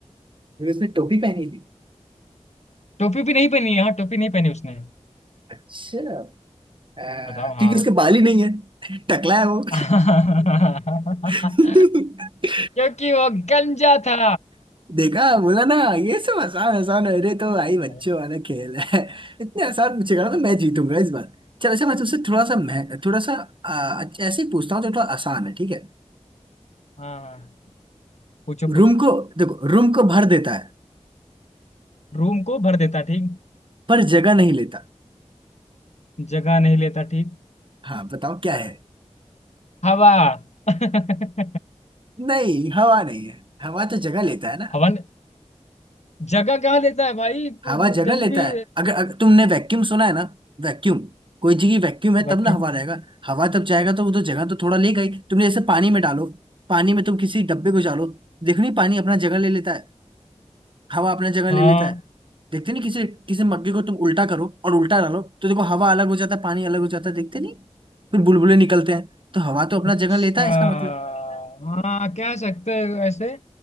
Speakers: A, on the right; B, on the left.
A: फिर उसने टोपी पहनी थी
B: टोपी भी नहीं पहनी हाँ टोपी नहीं पहनी उसने
A: अच्छा आ,
B: बताओ हाँ
A: क्योंकि उसके बाल ही नहीं है <laughs> टकला है वो
B: <laughs>
A: <laughs>
B: क्योंकि वो गंजा था
A: देखा बोला ना ये सब आसान आसान है अरे तो भाई बच्चों
B: हाँ
A: वाला खेल है <laughs> इतने आसान पूछेगा ना तो मैं जीतूंगा इस बार चल अच्छा मैं तुमसे थोड़ा सा मैं थोड़ा सा आ, अच्छा, ऐसे ही पूछता हूँ जो थोड़ा आसान है ठीक है
B: हाँ पूछो पूछो
A: रूम को देखो रूम को भर देता है
B: रूम को भर देता ठीक
A: पर जगह नहीं लेता
B: जगह नहीं लेता ठीक
A: हाँ बताओ क्या है
B: हवा <laughs>
A: नहीं हवा नहीं है हवा तो जगह लेता है ना
B: हवा ने- जगह कहाँ लेता है भाई कुछ-
A: हवा जगह
B: कहीं
A: लेता
B: भी
A: है अगर, अगर तुमने वैक्यूम सुना है ना वैक्यूम कोई जगह वैक्यूम है तब
B: वैक्यूम
A: ना हवा रहेगा हवा तब जाएगा तो वो तो जगह तो थोड़ा ले गई तुमने जैसे पानी में डालो पानी में तुम किसी डब्बे को डालो देखो नहीं पानी अपना जगह ले लेता है हवा अपना जगह ले
B: हाँ
A: लेता है देखते नहीं किसी किसी मग्गे को तुम उल्टा करो और उल्टा डालो तो देखो हवा अलग हो जाता है पानी अलग हो जाता है देखते नहीं फिर बुलबुले निकलते हैं तो हवा तो अपना
B: अच्छा
A: जगह लेता है इसका मतलब
B: हाँ कह सकते हैं ऐसे